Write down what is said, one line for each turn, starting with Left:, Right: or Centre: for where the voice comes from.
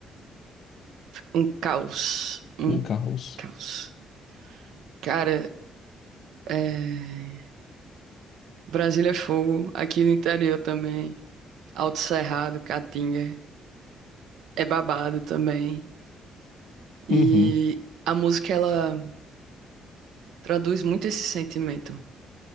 Right: Um caos. Um
Left: Um caos.
Right: caos. Cara, É, Brasília é fogo, aqui no interior também. Alto Cerrado, Caatinga, é babado também. E
Left: Uhum,
Right: a música, ela traduz muito esse sentimento